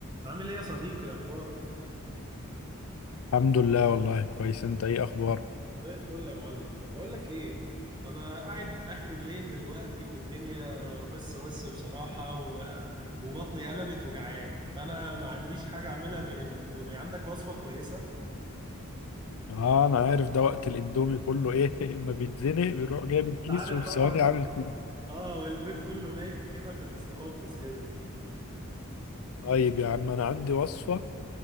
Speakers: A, on the right; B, on the left.
A: عامل ايه يا صديقي اخبارك
B: الحمد لله والله كويس انت ايه اخبارك
A: زي الفل يا معلم بقول لك ايه انا قاعد اخر الليل دلوقتي والدنيا هس هس بصراحة و... وبطني قلبت وجعان فانا ما عنديش حاجة اعملها غير الاندومي عندك وصفة كويسة
B: اه انا عارف ده وقت الاندومي كله ايه <laughs> اما بيتزنق بيروح جايب الكيس
A: انت عارف
B: وفي
A: طبعا
B: ثواني عامل كده
A: اه والبيت كله نايم كده في الاستخبص كده
B: طيب يا عم انا عندي وصفة